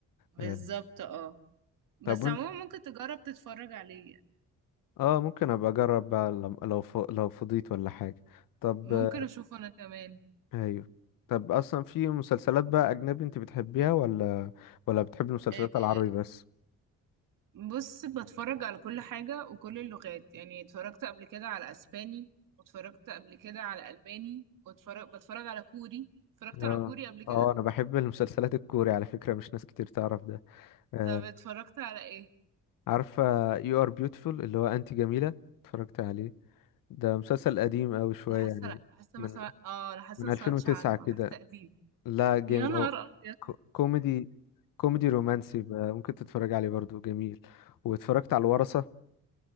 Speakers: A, on the right (about 75°); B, on the left (about 80°).
A: بالظبط
B: آه،
A: اه بس
B: طب انت
A: عموما ممكن تجرب تتفرج عليه يعني
B: اه ممكن ابقى اجرب بقى لم- لو ف... لو فضيت ولا حاجة طب
A: ممكن اشوفه انا كمان
B: ايوه طب اصلا في مسلسلات بقى اجنبي انت بتحبيها ولا ولا بتحبي المسلسلات
A: آه،
B: العربي بس
A: بص بتفرج على كل حاجة وكل اللغات يعني اتفرجت قبل كده على اسباني واتفرجت قبل كده على الماني واتفرج بتفرج على كوري اتفرجت
B: اه
A: على كوري قبل كده
B: اه انا بحب المسلسلات الكوري على فكرة مش ناس كتير تعرف ده آه.
A: طب اتفرجت على ايه
B: عارفة You Are Beautiful اللي هو انت جميلة اتفرجت عليه ده مسلسل قديم اوي شوية
A: حاسه
B: يعني
A: لا حاسه
B: من
A: ما سمع... اه انا حاسه
B: من
A: ما
B: 2009
A: سمعتش عنه
B: كده
A: حاسه قديم
B: لا جامد
A: يا نهار
B: اوي
A: ابيض
B: كو- كوميدي كوميدي رومانسي بقى، ممكن تتفرج عليه برضو جميل واتفرجت على الورثة